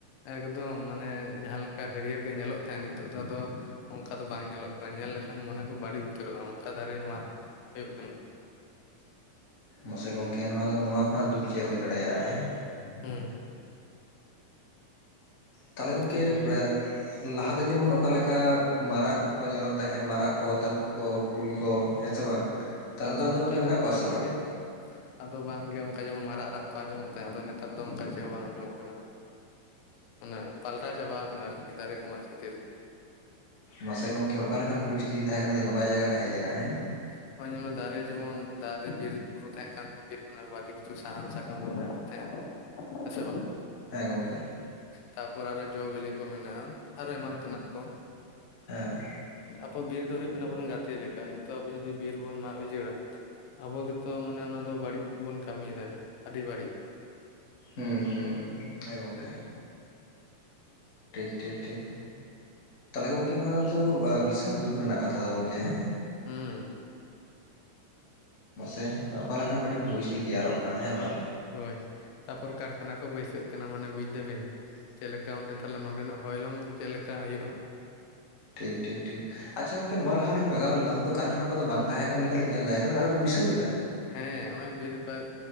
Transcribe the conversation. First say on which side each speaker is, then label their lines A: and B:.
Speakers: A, on the left; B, on the left.
A: ᱮᱠᱫᱚᱢ ᱢᱟᱱᱮ ᱡᱟᱦᱟᱸ ᱞᱮᱠᱟ ᱦᱟᱹᱲᱭᱟᱹᱲ ᱜᱮ ᱧᱮᱞᱚᱜ ᱛᱟᱦᱮᱸᱫ ᱱᱤᱛᱚᱜ ᱫᱚ ᱟᱫᱚ ᱼᱼ ᱚᱱᱠᱟ ᱫᱚ ᱵᱟᱝ ᱧᱮᱞᱚᱜ ᱠᱟᱱᱟ ᱧᱮᱞ ᱞᱮᱠᱷᱟᱱ ᱢᱚᱱᱮ ᱠᱚ ᱵᱟᱹᱲᱤᱡ ᱩᱛᱟᱹᱨᱚᱜᱼᱟ᱾ ᱚᱱᱠᱟ ᱫᱟᱨᱮ ᱢᱟᱜ ᱦᱩᱭᱩᱜ ᱠᱟᱱᱟ।
B: ᱢᱟᱥᱮ ᱜᱚᱢᱠᱮ ᱱᱚᱣᱟ ᱫᱚ ᱱᱚᱣᱟ ᱠᱷᱚᱱᱟᱜ ᱫᱩᱠᱷ ᱪᱮᱫ ᱦᱩᱭ ᱫᱟᱲᱮᱭᱟᱜᱼᱟ ᱦᱮᱸ?
A: ᱦᱩᱸ
B: ᱛᱟᱦᱟᱞᱮ
A: ᱟᱫᱚ
B: ᱜᱚᱢᱠᱮ
A: ᱪᱮᱫ ᱵᱤᱱ ᱞᱟᱹᱭᱟ
B: ᱼᱻ ᱞᱟᱦᱟᱛᱮ ᱡᱮᱢᱚᱱ ᱚᱠᱟᱮᱠᱟ ᱢᱟᱨᱟᱜ ᱠᱚᱠᱚ ᱧᱮᱞᱚᱜ ᱛᱟᱦᱮᱸᱫ ᱢᱟᱨᱟᱜ ᱠᱚ ᱛᱟᱹᱨᱩᱵ ᱠᱚ ᱠᱩᱞ ᱠᱚ᱾ <unintelligible> ᱥᱮ ᱵᱟᱝ ᱛᱟᱦᱟᱞᱮ
A: ᱟᱫᱚ
B: ᱱᱮᱛᱟᱨ
A: ᱚᱱᱠᱟ
B: ᱫᱚ ᱜᱚᱝᱠᱮ ᱢᱮᱱᱟᱜ
A: ᱵᱟᱝᱜᱮ
B: ᱠᱚᱣᱟ ᱥᱮ ᱵᱟᱝ?
A: <inaudible> ᱟᱫᱚ ᱵᱟᱝᱜᱮ ᱚᱱᱠᱟ ᱡᱮᱢᱚᱱ ᱢᱟᱨᱟᱜ ᱨᱟᱜ ᱠᱚ ᱟᱸᱡᱚᱢᱚᱜ ᱛᱟᱦᱮᱸ ᱟᱫᱚ ᱱᱮᱛᱟᱨ ᱫᱚ ᱚᱱᱠᱟ ᱪᱮᱫ ᱦᱚᱸ ᱵᱟᱝ ᱟᱸᱡᱚᱢᱚᱜ ᱠᱟᱱᱟ। ᱢᱟᱱᱮ ᱯᱟᱞᱴᱟᱣ ᱪᱟᱵᱟᱣ ᱟᱠᱟᱱᱟ ᱟᱨᱠᱤ ᱫᱟᱨᱮ ᱠᱚ ᱢᱟᱜ ᱠᱷᱟᱹᱛᱤᱨ।
B: ᱢᱟᱥᱮ ᱜᱚᱢᱠᱮ ᱚᱠᱟ ᱞᱮᱠᱟᱱ ᱯᱚᱨᱤᱥᱛᱷᱤᱛᱤ ᱛᱟᱦᱮᱸ ᱠᱟᱱᱟ ᱛᱮᱦᱮᱧ ᱚᱠᱟ ᱡᱟᱭᱜᱟᱨᱮ ᱦᱮᱡ ᱮᱱᱟ ᱦᱮᱸ?
A: <unintelligible> ᱱᱚᱜᱼᱚᱭ ᱧᱮᱞᱢᱮ ᱫᱟᱨᱮ ᱡᱮᱢᱚᱱ ᱫᱟᱨᱮ ᱵᱤᱨ ᱵᱩᱨᱩ ᱛᱟᱦᱮᱸ ᱠᱟᱱ ᱛᱮ ᱵᱤᱨ ᱠᱷᱚᱱ ᱟᱵᱚ ᱟᱹᱰᱤ ᱠᱤᱪᱷᱩ ᱥᱟᱦᱟᱱ ᱥᱟᱠᱟᱢ ᱵᱚᱱ ᱧᱟᱢᱮᱫ ᱛᱟᱦᱮᱸᱜᱼᱟ। ᱦᱮᱸ ᱥᱮ ᱵᱟᱝ?
B: ᱦᱮᱸ ᱜᱚᱢᱠᱮ।
A: ᱛᱟᱨᱯᱚᱨ ᱟᱨᱚ ᱡᱚ ᱵᱤᱞᱤ ᱠᱚ ᱢᱮᱱᱟᱜᱼᱟ ᱟᱨᱚ ᱮᱢᱟᱱ ᱛᱮᱱᱟᱜ ᱠᱚ।
B: ᱦᱮᱸ
A: ᱟᱵᱚ ᱵᱤᱨ ᱫᱚ ᱦᱩᱭᱩᱜ ᱠᱟᱱᱟ ᱟᱵᱚᱨᱮᱱ ᱜᱟᱛᱮ ᱞᱮᱠᱟ᱾ ᱱᱤᱛᱚᱜ ᱟᱵᱚ ᱡᱩᱫᱤ ᱵᱤᱨ ᱵᱚᱱ ᱢᱟᱜ ᱩᱡᱟᱹᱲᱟ। ᱟᱵᱚ ᱜᱮᱛᱚ ᱢᱟᱱᱮ ᱚᱱᱟ ᱫᱚ ᱵᱟᱹᱲᱤᱡ ᱵᱚᱱ ᱠᱟᱹᱢᱤᱭᱮᱫᱟ ᱟᱹᱰᱤ ᱵᱟᱹᱲᱤᱡ।
B: ᱦᱩᱸ ᱦᱩᱸ ᱦᱮᱸ ᱜᱚᱝᱠᱮ। ᱴᱷᱤᱠ ᱴᱷᱤᱠ ᱴᱷᱤᱠ ᱛᱟᱦᱟᱞᱮ ᱜᱚᱢᱠᱮ ᱱᱚᱣᱟ ᱫᱚᱛᱚ ᱵᱤᱥᱟᱞ ᱫᱩᱠᱷ ᱨᱮᱱᱟᱜ ᱠᱟᱛᱷᱟ ᱫᱚ ᱜᱚᱢᱠᱮ ᱦᱮᱸ?
A: ᱦᱩᱸ
B: ᱢᱟᱥᱮ ᱚᱠᱟ ᱞᱮᱠᱟᱱ ᱢᱤᱫᱴᱮᱱ ᱯᱚᱨᱤᱥᱛᱷᱤᱛᱤ ᱛᱮᱭᱟᱨᱚᱜ ᱠᱟᱱᱟ ᱦᱮᱸ ᱵᱟᱝ?
A: ᱦᱳᱭ ᱛᱟᱨᱯᱚᱨ ᱠᱟᱨᱠᱷᱟᱱᱟ ᱠᱚ ᱵᱟᱹᱭᱥᱟᱹᱜ ᱠᱟᱱᱟ ᱢᱟᱱᱮ ᱵᱩᱡᱽ ᱫᱟᱵᱤᱱ? ᱪᱮᱫ ᱞᱮᱠᱟ ᱚᱸᱰᱮ ᱛᱟᱦᱟᱞᱮ ᱱᱚᱰᱮᱱᱟᱜ ᱦᱚᱭᱞᱚᱝ ᱪᱮᱫ ᱞᱮᱠᱟ ᱦᱩᱭᱩᱜᱼᱟ?
B: ᱴᱷᱤᱠ ᱴᱷᱤᱠ ᱴᱷᱤᱠ ᱟᱪᱪᱷᱟ ᱜᱚᱝᱠᱮ ᱱᱚᱣᱟ ᱞᱟᱦᱟ ᱞᱤᱧ ᱵᱟᱜᱟᱣ ᱩᱱ ᱫᱚ ᱠᱟᱨᱠᱷᱟᱱᱟ ᱠᱚᱫᱚ ᱵᱟᱝ ᱛᱟᱦᱮᱸ ᱠᱟᱱ ᱞᱮᱠᱟᱞᱤᱧ ᱧᱮᱞ ᱫᱟ ᱟᱫᱚ ᱠᱚ ᱵᱟᱹᱭᱥᱟᱹᱣ ᱠᱮᱫᱟ?
A: ᱦᱮᱸ ᱱᱚᱜᱼᱚᱭ ᱵᱤᱨ ᱵᱟᱨ